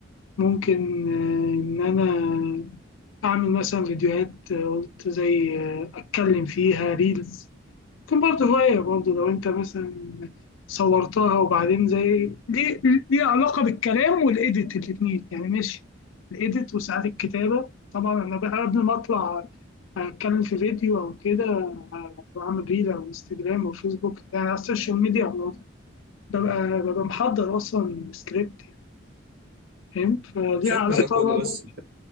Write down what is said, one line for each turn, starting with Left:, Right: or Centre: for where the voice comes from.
Left: ممكن آه، إن أنا أعمل مثلا فيديوهات آه، قلت زي آه، أتكلم فيها ريلز كان برضه هواية برضه لو أنت مثلا صورتها وبعدين زي ليه ليه علاقة بالكلام والإيديت الاتنين يعني ماشي الإيديت وساعات الكتابة طبعا أنا بقى قبل ما أطلع أتكلم في فيديو أو كده آه، بعمل ريل على انستجرام أو فيسبوك يعني على السوشيال ميديا عموما. ببقى ببقى محضر أصلا سكريبت فاهم فليها
Right: سيبك
Left: علاقة
Right: من ده كله
Left: برضه-
Right: بس انت